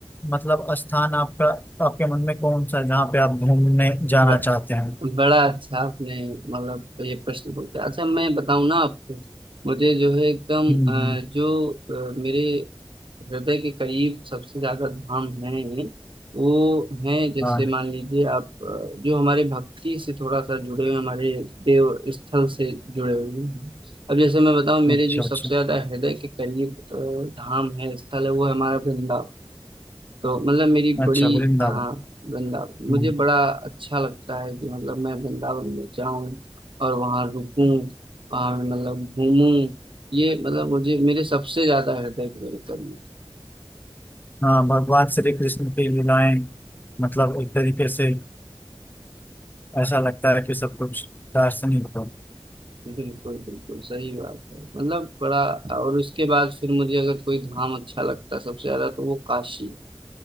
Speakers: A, on the left; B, on the right.
A: मतलब स्थान आपका आपके मन में कौन सा है जहाँ पे आप घूमने जाना
B: जी
A: चाहते हैं
B: बड़ा अच्छा आपने मतलब ये प्रश्न पूछा अच्छा मैं बताऊं ना आपको मुझे जो है एकदम
A: हम्म हम्म,
B: अ, जो अ, मेरे हृदय के करीब सबसे ज्यादा धाम है वो हैं जैसे
A: हाँ
B: मान लीजिए आप अ, जो हमारे भक्ति से थोड़ा सा जुड़े हुए हमारे देव स्थल से जुड़े हुए हैं अब जैसे मैं बताऊं मेरे
A: अच्छा
B: जो
A: अच्छा
B: सबसे ज्यादा हृदय के करीब अ, धाम है स्थल है वो है हमारा वृंदावन तो मतलब मेरी
A: अच्छा
B: बड़ी
A: वृंदावन
B: हाँ वृंदावन
A: हम्म,
B: मुझे बड़ा अच्छा लगता है कि मतलब मैं वृंदावन में जाऊं और वहां रुकूं वहां मतलब घूमूं ये मतलब मुझे मेरे सबसे ज्यादा हृदय को मेरे करीब
A: हाँ भगवान श्री कृष्ण की लीलाएं मतलब एक तरीके से ऐसा लगता है कि सब कुछ दार्शनिक हो
B: बिल्कुल बिल्कुल सही बात है मतलब बड़ा और उसके बाद फिर मुझे अगर कोई धाम अच्छा लगता है सबसे ज्यादा तो वो काशी